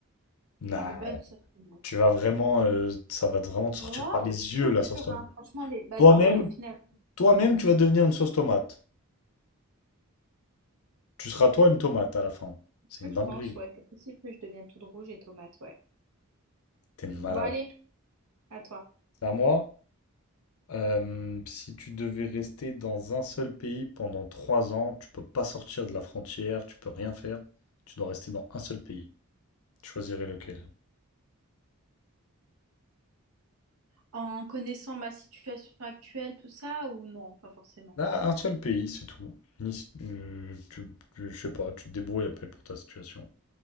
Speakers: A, on the left; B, on the right.
A: Nah,
B: Et Une bonne sauce tomate.
A: tu vas vraiment, euh, ça va vraiment te sortir
B: Oh,
A: par les
B: je suis
A: yeux,
B: pas
A: la
B: sûre,
A: sauce tomate.
B: hein. Franchement, les... Bah
A: Toi-même,
B: tant mieux au final.
A: toi-même, tu vas devenir une sauce tomate. Tu seras toi une tomate à la fin. C'est
B: Ouais,
A: une
B: Je
A: dinguerie.
B: pense, ouais, c'est possible que je devienne toute rouge et tomate, ouais.
A: T'es une malade.
B: Bon, allez, à toi.
A: C'est à moi? Euh, si tu devais rester dans un seul pays pendant trois ans, tu peux pas sortir de la frontière, tu peux rien faire, tu dois rester dans un seul pays. Tu choisirais lequel?
B: En connaissant ma situation actuelle, tout ça, ou non, pas forcément.
A: Ah, un seul pays, c'est tout. Ni- euh, tu, tu- je sais pas, tu te débrouilles après pour ta situation.